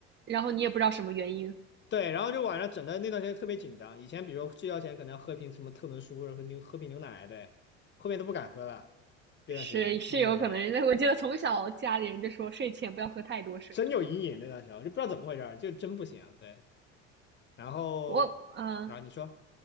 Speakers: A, on the right; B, on the left.
A: 然后你也不知道什么原因，
B: 对，然后就晚上整的那段时间特别紧张，以前比如说睡觉前可能要喝瓶什么特仑苏，然后牛喝瓶牛奶，对，后面都不敢喝了，这段时间初一的时候。
A: 是是有可能。我记得从小家里人就说睡前不要喝太多水之类的。
B: 真有阴影那段时间，我就不知道怎么回事就真不行。啊。对，然后，
A: 我嗯、呃
B: 然后你说